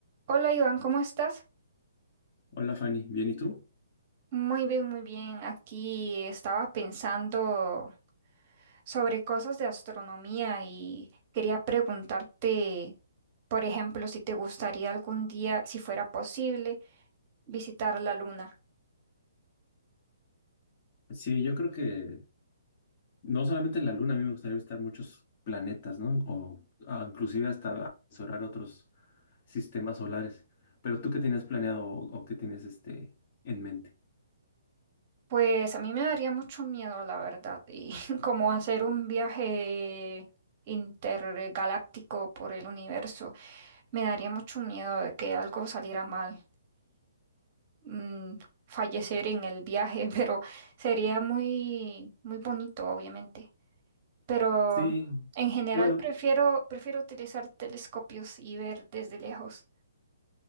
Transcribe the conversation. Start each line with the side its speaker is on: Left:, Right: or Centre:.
Right: Hola Iván, ¿cómo estás?
Left: Hola Fanny, ¿bien y tú?
Right: Muy bien, muy bien. Aquí estaba pensando sobre cosas de astronomía y quería preguntarte, por ejemplo, si te gustaría algún día, si fuera posible, visitar la luna.
Left: Sí, yo creo que no solamente en la Luna, a mí me gustaría visitar muchos planetas, ¿no? O ah, inclusive hasta explorar otros sistemas solares. Pero tú qué tenías planeado o, o qué tienes este en mente?
Right: Pues a mí me daría mucho miedo, la verdad, y <laughs> como hacer un viaje intergaláctico por el universo, me daría mucho miedo de que algo saliera mal. mm, fallecer en el viaje, <laughs> pero sería muy, muy bonito, obviamente. Pero
Left: Sí,
Right: en general
Left: bueno,
Right: prefiero, prefiero utilizar telescopios y ver desde lejos.